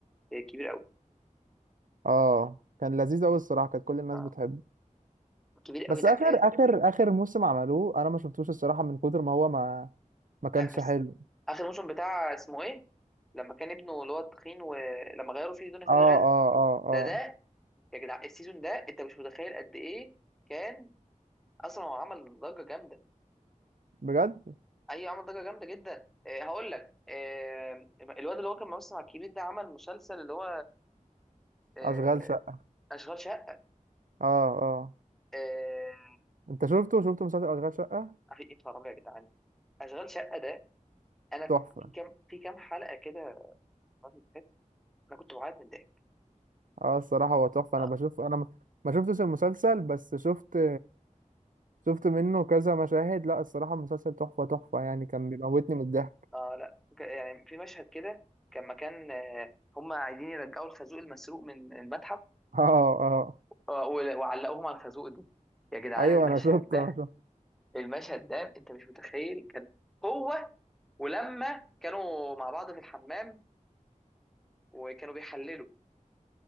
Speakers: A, in the centre; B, on the right (about 75°).
A: آه، كبير قوي
B: اه كان لذيذ قوي الصراحه كانت كل الناس
A: اه
B: بتحبه
A: كبير قوي
B: بس
A: ده
B: اخر
A: كان
B: اخر اخر موسم عملوه انا ما شفتوش الصراحه من كتر ما هو ما ما كانش
A: لا بس
B: حلو
A: اخر موسم بتاع اسمه ايه لما كان ابنه اللي هو التخين ولما غيروا فيه دنيا سمير
B: اه
A: غانم
B: اه اه
A: ده
B: اه
A: ده يا جدع السيزون ده انت مش متخيل قد ايه كان اصلا هو عمل ضجه جامده
B: بجد
A: اي عمل ضجه جامده جدا إيه هقول لك إيه الواد اللي هو كان ممثل مع الكبير ده عمل مسلسل اللي هو إيه
B: اشغال شقه
A: اشغال شقه
B: اه اه
A: إيه
B: انت شفته شفته مسلسل اشغال شقه
A: اخي ايه الرابع يا جدعان اشغال شقه ده انا
B: تحفه
A: في كام في كام حلقه كده الواد اللي فات، انا كنت بعيط من الضحك
B: اه الصراحه هو تحفه
A: آه.
B: انا بشوف انا ما ما شفتش المسلسل بس شفت شفت منه كذا مشاهد لا الصراحه المسلسل تحفه تحفه يعني كان بيموتني من الضحك
A: اه لا ك- يعني في مشهد كده كان مكان آه، هم عايزين يرجعوا الخازوق المسروق من المتحف
B: <laughs> اه اه
A: آه، و- وعلقوهم على الخازوق ده يا جدعان
B: ايوه
A: المشهد
B: انا شفت
A: ده
B: انا شفت
A: المشهد ده انت مش متخيل كان هو ولما كانوا مع بعض في الحمام وكانوا بيحللوا